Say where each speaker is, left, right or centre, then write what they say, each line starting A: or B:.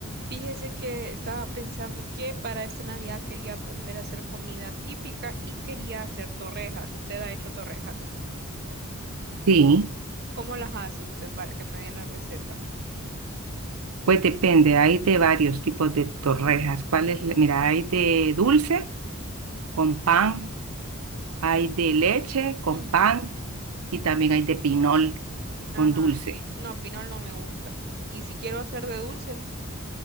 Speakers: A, on the right; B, on the right.
A: Fíjese que estaba pensando que para esta Navidad quería aprender a hacer comida típica y quería hacer torrejas. Usted ha hecho torrejas.
B: Sí,
A: ¿Cómo las hace usted para que me dé la receta?
B: pues depende, hay de varios tipos de torrejas. ¿Cuál es? la- Mira, hay de dulce con pan, hay de leche con
A: Ujú,
B: pan y también
A: ujú,
B: hay de pinol
A: Ajá.
B: con dulce.
A: Y No, pinol no me gusta. ¿Y si quiero hacer de dulce?